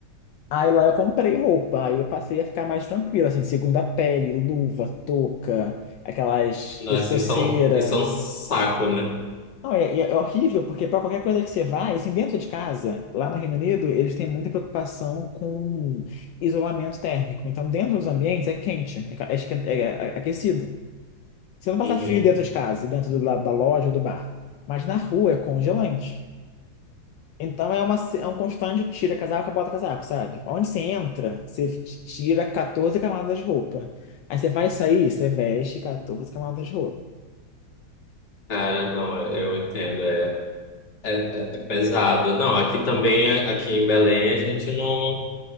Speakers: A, on the left; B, on the left.
A: Aí lá eu comprei roupa, aí eu passei a ficar mais tranquilo, assim, segunda pele, luva, touca, aquelas
B: Nossa,
A: pescoceira.
B: isso é um, isso é um saco, né?
A: Não, é, é horrível, porque para qualquer coisa que você vai, assim, dentro de casa, lá no Reino Unido, eles têm muita preocupação com isolamento térmico. Então, dentro dos ambientes é quente, é, ca- é esque- é é, é aquecido. Você não passa
B: Uhum.
A: frio dentro de casa, e dentro do lado da loja ou do bar. Mas na rua é congelante. Então é, uma, se- é um constante tira casaco, bota casaco, sabe? Onde você entra, você t- tira 14 camadas de roupa. Aí você vai sair, você veste 14 camadas de roupa.
B: Cara, não, eu eu entendo, é, é, é pesado. Não, aqui também, a- aqui em Belém, a gente não.